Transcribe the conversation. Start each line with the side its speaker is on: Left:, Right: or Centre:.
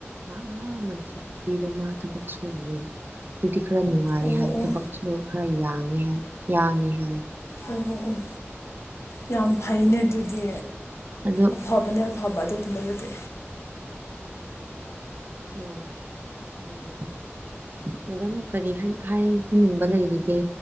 Right: ꯃꯥ ꯑ ꯇ꯭ꯔꯤ ꯄꯨꯈ꯭ꯔꯤꯗ ꯃꯥ ꯊꯕꯛ ꯁꯨꯔꯤꯌꯦ ꯑꯗꯨꯗꯤ ꯈꯔ ꯅꯨꯡꯉꯥꯏ
Left: ꯑꯣ
Right: ꯍꯥꯏ
Left: ꯑꯣ
Right: ꯊꯕꯛꯇꯨꯗꯣ ꯈꯔ ꯌꯥꯏ ꯦ ꯍꯥꯏ ꯌꯥꯒꯦ ꯍꯥꯏ
Left: ꯑꯣ ꯑꯣ ꯑꯣ ꯌꯥꯝ ꯐꯩꯅ ꯑꯗꯨꯗꯤ
Right: ꯑꯗꯣ
Left: ꯑꯐꯕꯅ ꯍꯕ ꯑꯗꯨ ꯑꯗꯨꯝꯕ ꯑꯗꯨꯗꯤ
Right: ꯑꯣ ꯃꯦꯗꯥꯝ ꯀꯔꯤ ꯍꯥꯏꯕꯤꯅꯤꯡꯕ ꯂꯩꯔꯤꯒꯦ